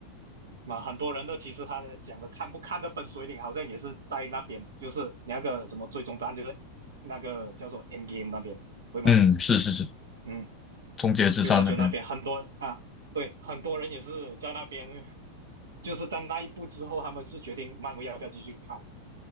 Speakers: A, on the right; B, on the left.
A: 那很多人都其实他的讲的看不看的分水岭好像也是在那边，就是那个什么最终答案就是那个叫做 End Game 那边，对吗？
B: 嗯，是是是，
A: 嗯，
B: 终结之战那边，
A: 就就那边很多啊，对，很多人也是在那边，就是在那一步之后，他们是决定漫威要不要继续看。